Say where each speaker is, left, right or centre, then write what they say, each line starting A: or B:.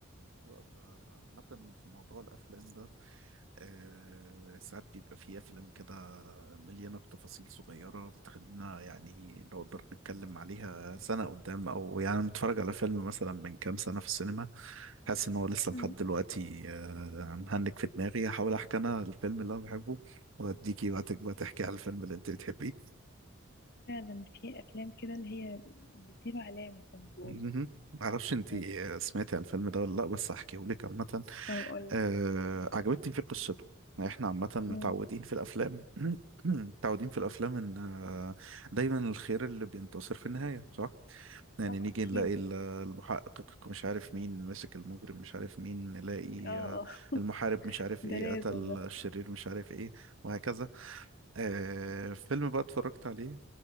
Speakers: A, on the right; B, on the left.
A: بس بقى، فعامة في موضوع الأفلام ده آه ساعات بيبقى فيه أفلام كده مليانة بتفاصيل صغيرة بتخلينا يعني نقدر نتكلم عليها سنة قدام أو يعني أنا متفرج على فيلم مثلا من كام سنة في السينما حاسس إن هو لسه
B: مم.
A: لحد دلوقتي آه مهنك في دماغي هحاول أحكي أنا الفيلم اللي أنا بحبه وأديكي وقتك بقى تحكي على الفيلم اللي أنت بتحبيه
B: فعلا في افلام كده اللي هي بتسيب علامة زي ما بيقولوا
A: مهم. معرفش أنت
B: آه،
A: سمعتي على الفيلم ده ولا لأ بس هحكيهولك عامة
B: طب اقول
A: آه عجبتني فيه قصته يعني احنا عامة متعودين
B: لك
A: في الأفلام <clears throat> متعودين في الأفلام إن آه، دايما الخير اللي بينتصر في النهاية صح؟
B: صح
A: يعني نيجي
B: اكيد
A: نلاقي ال- المحقق مش عارف مين ماسك المجرم مش عارف مين نلاقي
B: اه
A: آه،
B: اه
A: المحارب مش عارف ايه
B: ده لازم
A: قتل
B: ده
A: الشرير مش عارف ايه وهكذا آه فيلم بقى اتفرجت عليه